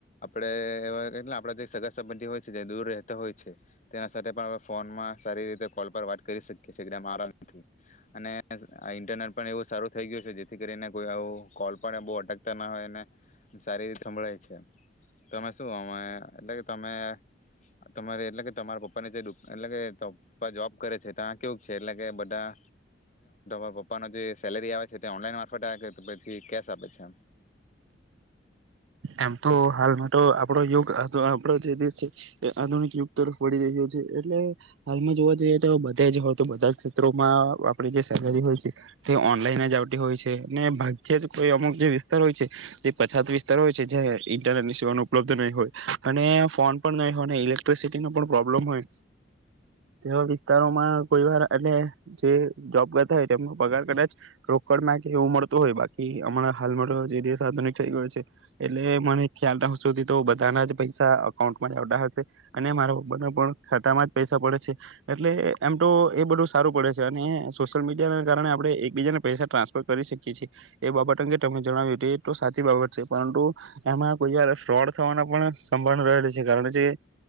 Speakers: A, on the left (about 40°); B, on the right (about 85°).
A: એ આપ જે સગા સંબંધી હોય છે દૂર રહેતા હોય છે તેના સાથે પણ આપ ફોનમાં સારી રીતે કોલ પર વાત કરી શકીએ છીએમ આરામ નથી અને ઇન્ટરનેટ પણ એવું સારું થઈ ગયું છે જેથી કરીને કોઈ આવ કોલ પણ બહ અટકતા ના હોય. સારી રીતે સંભળાય છે તમે શું અમે એટલે કે તમે તમા એટલે કે તમારા પપ્પાની જે એટ કે પ્પા જોબ કરે છે ત કેવું છે એટલે કે બધા એ પપ્પાનો જે સેલેરી આવે છે ઓનલા માર આવે પછી કે આપે છે.
B: એમ તો હાલમાં તો આપડો યુગ આપો જે દેશ છે એ આધુનિક યુગ તરફ વળી રહ્યો છે એટલે હાલમાં જોવા જઈએ તો બધા જ હોય તો બધા ક્ષેત્રોમાં આપણી જે સેલરી હોય છે તે ઓનલાઈન જ આવતી હોય છે અને ભાગ્ય જ કોઈ અમુક જે વિસ્તાર હોય છે તે પછત વસ હોય છે જ ઈન્ટરનેટ ની સેવા ઉપલબ્ધ નહીં હોય અને ફોન પણ નહીં હોય ઇલેક્ટ્રિસિટી ન પણ પ્રોબ્લેમ હોય તેવા વિસ્તારોમાં કોઈ વાર એટ જે જોબગ હોય તેમનો પગાર કદાચ રોકડ માંગે એવું મળતું હોય બાકી અમા હાલમાં જે દધુનિક થઈ ગયો છે. એટલે મને ખ્યાલ રાખ સુધી તો બધાના જ પૈસા અકાઉન્ટમાં જ આવતા હશે અને મારા પ્બાના પણ ખાતામાં જ પૈસા પડે છે એટલે એમ તો એ બધું સારું પડે છે અને સોશિયલ મીડિયાના કારણે આપણે એકબીજાને પૈસા ટ્રાન્સફર કરી શકીએ છીએ એ બાબત અંગે તમને જણાવ્યું હત એ તો સાચી બાબત છે. પરંતુ એમાં કોઈ વાર ફ્રોડ થવાના પણ સંભાળ રહેલી છે કારણ જે